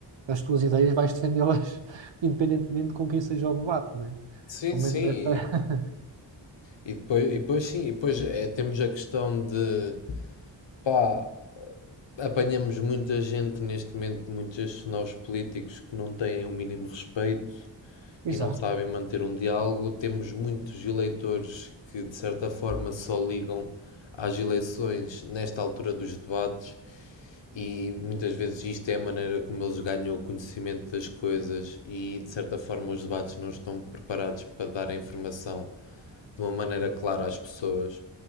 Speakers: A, on the right; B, on the left.
A: é? As tuas ideias vais defendê-las <laughs> independentemente com quem seja o debate, não é?
B: sim,
A: Pelo
B: sim.
A: menos
B: E,
A: essa... <laughs>
B: e depois, e depois sim, e depois eh, temos a questão de Pá, apanhamos muita gente neste momento, muitos nós políticos que não têm o mínimo respeito
A: Exato.
B: e não sabem manter um diálogo. Temos muitos eleitores que, de certa forma, só ligam às eleições nesta altura dos debates e muitas vezes isto é a maneira como eles ganham o conhecimento das coisas e de certa forma os debates não estão preparados para dar a informação de uma maneira clara às pessoas.